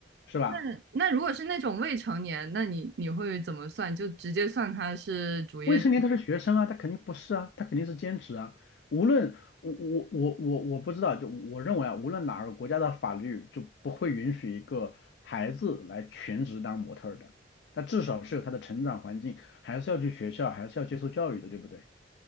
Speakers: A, on the left (about 70°); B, on the right (about 65°).
A: 是吧？
B: 那那如果是那种未成年，那你你会怎么算？就直接算他是主业生
A: 未成年他是学生啊，他肯定不是啊，他肯定是兼职啊。无论我我我我我不知道，就我认为啊，无论哪个国家的法律就不会允许一个孩子来全职当模特儿的，他至少是有他的成长环境，还是要去学校，还是要接受教育的，对不对？